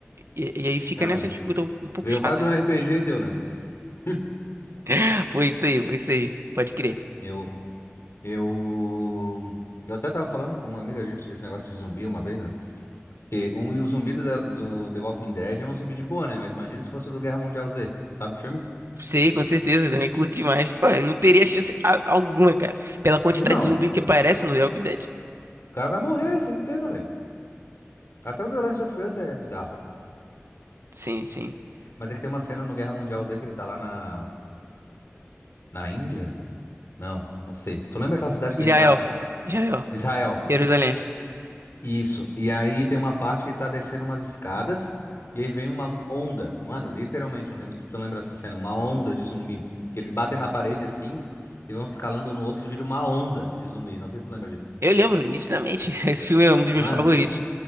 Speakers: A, on the right; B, on the left.
A: E, e aí fica
B: É
A: nessa
B: um.
A: disputa um um pouco
B: Virou
A: chata,
B: quase
A: né?
B: um RPG e deu, né? <laughs>
A: <laughs> Foi isso aí, foi isso aí. Pode crer.
B: Eu, eu, eu até tava falando com um amigo, a gente, desse negócio de zumbi uma vez, né? Porque um, e o zumbi do, The- do The Walking Dead é um zumbi de boa, né? Mas imagina se fosse o do Guerra Mundial Z, sabe o filme?
A: Sei, com certeza, também curto demais. Pô, eu não teria chance a- alguma, cara. Pela quantidade
B: Irmão,
A: de zumbi que aparece no The Walking Dead.
B: O cara vai morrer, certeza, velho. Até o The Last of Us é bizarro.
A: Sim, sim.
B: Mas é que tem uma cena no Guerra Mundial Z que ele tá lá na, na Índia? Não, não sei. Tu lembra aquela cidade que
A: Israel.
B: ele tá?
A: Israel.
B: Israel.
A: Jerusalém.
B: Isso. E aí tem uma parte que ele tá descendo umas escadas e aí vem uma onda. Mano, literalmente, eu não lembro se tu lembra dessa cena. Uma onda de zumbi. Que eles batem na parede assim e vão escalando no outro e vira uma onda de zumbi. Não sei se tu lembra disso.
A: Eu lembro nitidamente. <laughs> Esse filme é um dos
B: Mano,
A: meus favoritos.